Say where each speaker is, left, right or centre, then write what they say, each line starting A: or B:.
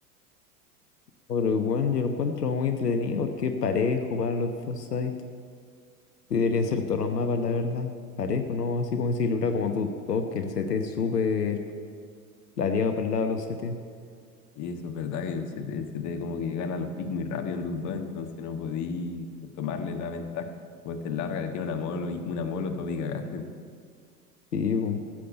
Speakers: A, on the left; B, on the left.
A: Pero bueno, yo lo encuentro muy entretenido porque es parejo para los dos sides. Sí, deberían ser todos los mapas, la verdad. Parejo, ¿no? Así como equilibrado, como tu toque, el CT súper ladeado para el lado de los CT.
B: Y eso es verdad, que se te, se te como que gana los picks muy rápido en tus dos, entonces no podí tomarle la ventaja. Pues te larga, le tiras una molo y una molo todo y cagaste. pues.
A: Sí, po.